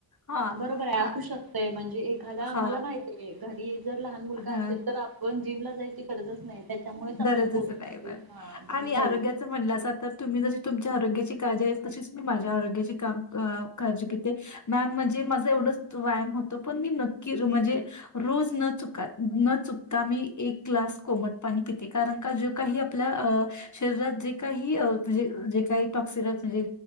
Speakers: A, on the left; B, on the right.
A: हां,
B: बरोबर आहे
A: हां,
B: असू शकतय म्हणजे एखादा
A: हां,
B: मला माहित आहे घरी जर लहान मुलगा
A: हां.
B: असेल तर पण जिमला जायची गरजच नाही त्याच्यामुळेच आपल्या
A: गरजच
B: पोर
A: नाही मॅम.
B: हा जीम
A: आणि आरोग्याचं
B: होऊ.
A: म्हणलासा तर तुम्ही जशी तुमच्या आरोग्याची काळजी घेत तशीच मी माझ्या आरोग्याची काम काळजी घेते मॅम म्हणजे माझा एवढच व्यायाम होतो पण मी नक्की म्हणजे रोज न चु न चक मी एक ग्लास कोमट पाणी पिते कारण का जे काही आपल्या अ शरीरात जे काही म्हणजे जे काही टॉक्सिन्स म्हणजे